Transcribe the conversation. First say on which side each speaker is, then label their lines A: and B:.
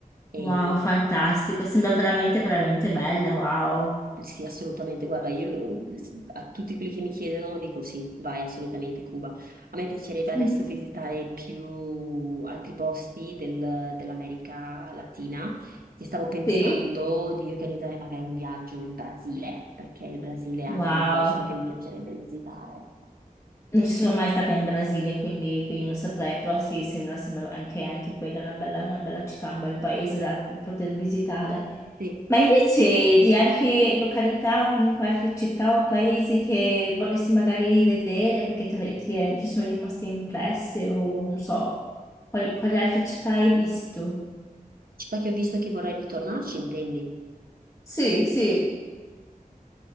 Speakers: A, on the right; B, on the left.
A: Ehm,
B: Wow, fantastico, sembra veramente, veramente bello, wow.
A: Sì, assolutamente. Guarda, io lo- a tutti quelli che mi chiedono dico sì, vai assolutamente Cuba. A me piacerebbe adesso
B: <laughs>
A: visitare più altri posti del- dell'America Latina e stavo pensando
B: Sì?
A: di organizzare magari un viaggio in Brasile, perché il Brasile è anche
B: Wow,
A: un posto che mi piacerebbe visitare.
B: non ci sono mai stata in Brasile, quindi, quindi non saprei, però sì, sembra, sembra anche, anche quella una bella, una bella città, un bel paese da poter visitare.
A: Sì,
B: Ma invece di altre località o comunque altre città o paesi che vorresti magari rivedere perché te- ne- ti è- ci sono rimaste impresse o non so, quali, quali altre città hai visto?
A: città che ho visto che vorrei ritornarci, intendi?
B: Sì, sì.